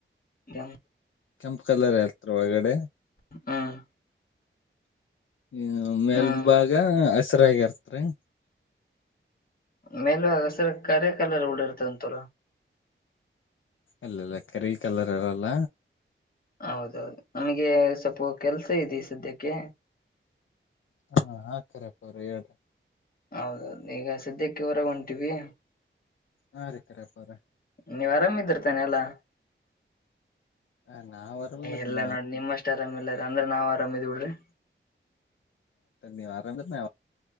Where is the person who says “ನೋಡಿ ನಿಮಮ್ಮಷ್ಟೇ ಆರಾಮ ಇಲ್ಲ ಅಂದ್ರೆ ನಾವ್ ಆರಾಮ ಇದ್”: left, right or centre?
Left